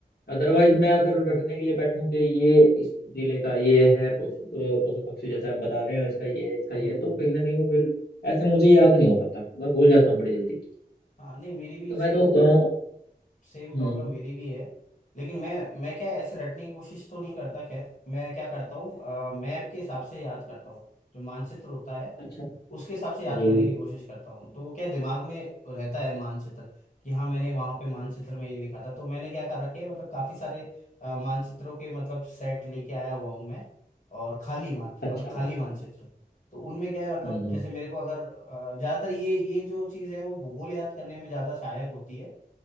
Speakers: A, on the left; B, on the left.
A: अदरवाइज मैं अगर रटने के लिए बैठूं कि ये इस जिले का ये है पशु अ, पशु पक्षी जैसे आप बता रहे हो इसका ये है इसका ये
B: हम्म
A: है तो कहीं ना कहीं वो फिर ऐसे मुझे याद नहीं हो पाता मैं भूल जाता हूँ बड़ी जल्दी
B: हाँ नहीं मेरी भी
A: तो मैं
B: सेम
A: तो अ,
B: सेम
A: हम्म
B: प्रॉब्लम मेरी भी है लेकिन मैं मैं क्या ऐसे रटने की कोशिश तो नहीं करता खैर मैं क्या करता हूँ मैप के हिसाब से याद करता हूँ जो मानचित्र होता है
A: अच्छा
B: उसके हिसाब
A: जी
B: से याद करने
A: जी
B: की कोशिश करता हूँ तो वो क्या दिमाग में रहता है मानचित्र कि हाँ मैंने वहां पे मानचित्र में ये लिखा था तो मैंने क्या कर रखे है मतलब काफी सारे अ, मानचित्रों के मतलब सेट लेके आया हुआ हूँ मैं और खाली मान
A: अच्छा
B: मतलब खाली मानचित्र तो उनमें क्या है मतलब
A: हम्म हम्म
B: जैसे मेरे को अगर अ, ज्यादातर ये ये जो चीज है वो भूगोल याद करने में ज्यादा सहायक होती है